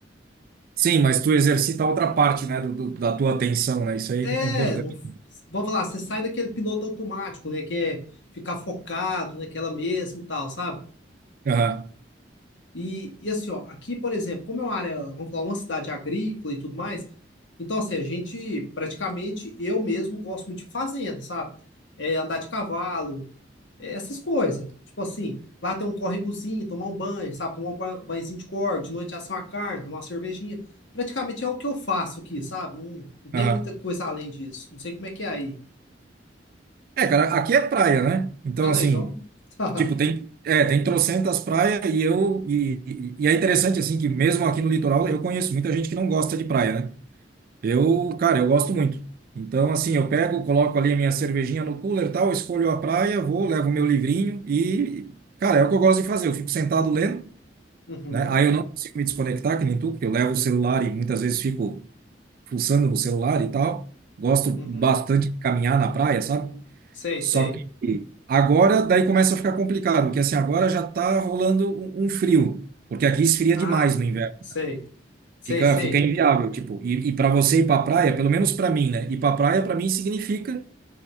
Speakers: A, on the right; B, on the left.
A: Sim, mas tu exercita outra parte, né, do, do- da tua atenção, né? Isso aí
B: É,
A: é importante.
B: não- vamos falar, você sai daquele piloto automático, né? Que é ficar focado naquela mesmo e tal, sabe?
A: Aham,
B: E, e assim, ó, aqui, por exemplo, como é uma área, vamos falar, uma cidade agrícola e tudo mais, então, assim, a gente praticamente, eu mesmo gosto muito de fazenda, sabe? É, andar de cavalo, é, essas coisas. Tipo assim, lá tem um córregozinho, tomar um banho, sabe? Tomar um ba- banhozinho de corda, de noite assar uma carne, tomar uma cervejinha. Praticamente é o que eu faço aqui, sabe? Não, não tem
A: aham.
B: muita coisa além disso. Não sei como é que é aí.
A: É, cara, aqui é praia, né? Então,
B: Ah, não,
A: assim,
B: então. <laughs>
A: Tipo, tem, é, tem trocentas praias e eu e, e e é interessante assim que mesmo aqui no litoral eu conheço muita gente que não gosta de praia, né? Eu, cara, eu gosto muito. Então, assim, eu pego, coloco ali a minha cervejinha no cooler, e tal, escolho a praia, vou, levo o meu livrinho e, cara, é o que eu gosto de fazer. Eu fico sentado lendo,
B: Uhum,
A: né? Aí eu não consigo me desconectar que nem tu, porque eu levo o celular e muitas vezes fico fuçando no celular e tal. Gosto
B: uhum.
A: bastante de caminhar na praia, sabe?
B: Sei,
A: Só
B: sei.
A: que agora daí começa a ficar complicado, porque assim, agora já tá rolando um, um frio, porque aqui esfria
B: Ah,
A: demais no inverno.
B: sei, sei,
A: Fica,
B: sei.
A: fica inviável, tipo, e, e para você ir para praia, pelo menos para mim, né? Ir para praia para mim significa